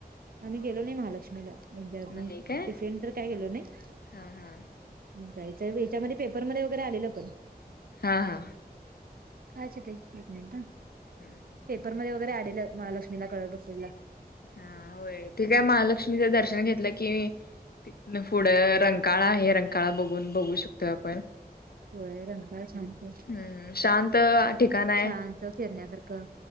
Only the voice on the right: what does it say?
आम्ही गेलो नाही महालक्ष्मीला, इंडिहून
टिफिन तर काय गेलो नाही
जायचं याच्यामध्ये पेपरमध्ये वगैरे आलेलं पण
हा अच्छा ताई. एक मिनट हं.
पेपरमध्ये वगैरे आलेलं महालक्ष्मीला कळस बसवलेला.
होयं रे जरां शांत.
शांत फिरण्यांसारखं